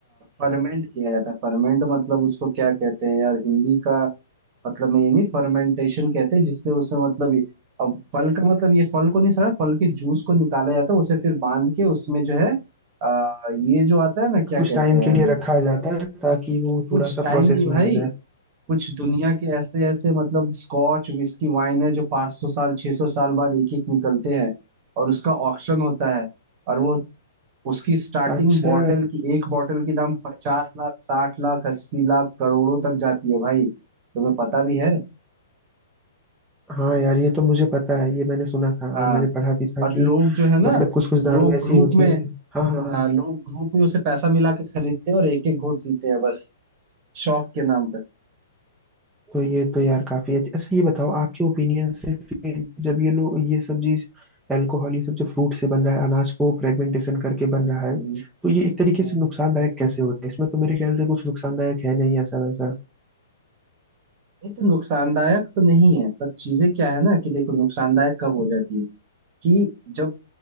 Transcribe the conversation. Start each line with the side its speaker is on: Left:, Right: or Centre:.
Right: फर्मेंट किया जाता है फर्मेंट मतलब उसको क्या कहते हैं यार हिंदी का मतलब मैं ये नहीं फर्मेंटेशन कहते हैं जिससे उसे मतलब ये अब फल का मतलब ये फल को नहीं सड़ा फल के जूस को निकाला जाता है उसे फिर बांध के उसमें जो है आ, ये जो आता है ना क्या
Centre: कुछ
Right: कहते
Centre: टाइम
Right: हैं
Centre: के लिए रखा जाता है ताकि वो
Right: कुछ
Centre: थोड़ा सा
Right: टाइम
Centre: प्रोसेस
Right: नहीं भाई
Centre: में आ जाए
Right: कुछ दुनिया के ऐसे ऐसे मतलब स्कॉच विस्की वाइन है जो 500 साल 600 साल बाद एक एक निकलते हैं और उसका ऑक्शन होता है और वो उसकी स्टार्टिंग
Centre: अच्छा
Right: बॉटल की एक बॉटल की दाम पचास लाख साठ लाख अस्सी लाख करोड़ों तक जाती है भाई तुम्हें पता भी है
Centre: हाँ यार ये तो मुझे पता है ये मैंने सुना था
Right: हाँ
Centre: और मैंने पढ़ा भी था
Right: और
Centre: कि
Right: लोग जो है ना
Centre: मतलब कुछ कुछ दारू
Right: लोग
Centre: ऐसी
Right: ग्रुप
Centre: होती
Right: में
Centre: है हाँ हाँ हाँ।
Right: हाँ, लोग ग्रुप में उसे पैसा मिला के खरीदते हैं और एक एक घोट पीते हैं बस शौक के नाम पे
Centre: तो ये तो यार काफी अच्छी अच्छा ये बताओ आपके ओपिनियन से फिर जब ये लोग ये सब चीज अल्कोहल ये सब जो फ्रूट से बन रहा है अनाज को फ्रेगमेंटेशन करके
Right: हम्म,
Centre: बन रहा
Right: हम्म,
Centre: है तो ये एक तरीके
Right: हम्म,
Centre: से नुकसानदायक कैसे होता है इसमें तो मेरे ख्याल से कुछ नुकसानदायक है नहीं ऐसा वैसा
Right: ये तो नुकसानदायक तो नहीं है पर चीजें क्या है ना कि देखो नुकसानदायक कब हो जाती है कि जब